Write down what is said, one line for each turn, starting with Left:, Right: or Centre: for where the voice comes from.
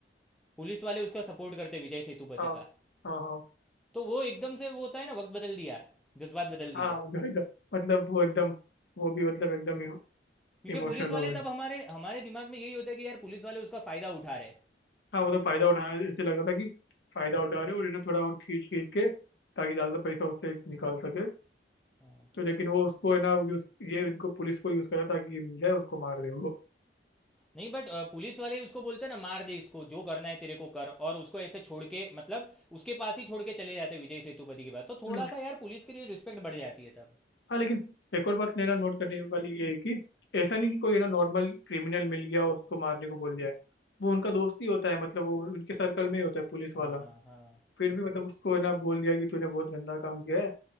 Centre: पुलिस वाले उसका सपोर्ट करते हैं विजय सेतुपति
Left: हाँ
Centre: का
Left: हाँ हाँ
Centre: तो वो एकदम से वो होता है ना वक्त बदल दिया जज्बात बदल दिए
Left: हाँ जो एकदम मतलब वो एकदम वो भी मतलब एकदम
Centre: क्योंकि
Left: इमोशनल
Centre: पुलिस वाले
Left: हो गए
Centre: तब हमारे हमारे दिमाग में यही होता है कि यार पुलिस वाले उसका फायदा उठा रहे
Left: हाँ वो तो फायदा उठा रहे ऐसे लग रहा था कि फायदा उठा रहे और है ना थोड़ा और खींच खींच के ताकि ज्यादा पैसा उससे निकाल सके
Centre: हैं
Left: तो लेकिन वो उसको है ना यूज ये इनको पुलिस को यूज करा ताकि ये मिल जाए उसको मार दे
Centre: नहीं बट पुलिस वाले ही उसको बोलते हैं ना मार दे इसको जो करना है तेरे को कर और उसको ऐसे छोड़ के मतलब उसके पास ही छोड़ के चले जाते हैं विजय सेतुपति के पास तो थोड़ा
Left: हम्म,
Centre: सा यार पुलिस के लिए रिस्पेक्ट बढ़ जाती है तब
Left: हाँ लेकिन एक और बात लेना नोट करने वाली ये है कि ऐसा नहीं कि कोई है ना नॉर्मल क्रिमिनल मिल गया और उसको मारने को बोल दिया है वो उनका दोस्त ही होता है मतलब वो उनके सर्कल में ही होता है पुलिस
Centre: हाँ
Left: वाला
Centre: हाँ
Left: फिर भी मतलब उसको है ना बोल दिया कि तूने बहुत गंदा काम किया है